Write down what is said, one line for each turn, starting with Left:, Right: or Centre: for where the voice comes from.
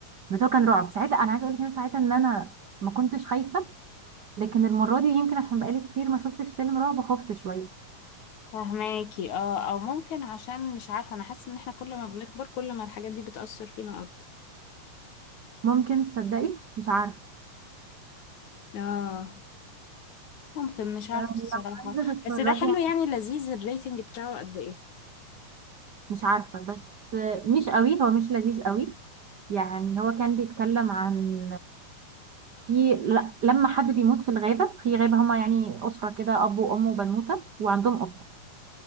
Right: بس هو كان رعب ساعتها انا عايزه اقول لك إن أنا ساعتها ان انا ما كنتش خايفه لكن المره دي يمكن عشان بقالي كتير ما شفتش فيلم رعب خفت شويه
Left: فهماكي اه أو ممكن عشان مش عارفة أنا حاسة إن احنا كل ما بنكبر كل ما الحاجات دي بتأثر فينا أكتر
Right: ممكن تصدقي مش عارفه
Left: اه ممكن مش عارفة
Right: طب
Left: الصراحة
Right: لو عايزة تتفرجي
Left: بس ده حلو
Right: على
Left: يعني لذيذ الريتنج بتاعه قد ايه
Right: مش عارفه بس مش قوي هو مش لذيذ قوي يعني هو كان بيتكلم عن في ل- لما حد بيموت في الغابه في غابه هما يعني اسره كده اب وام وبنوته وعندهم قطه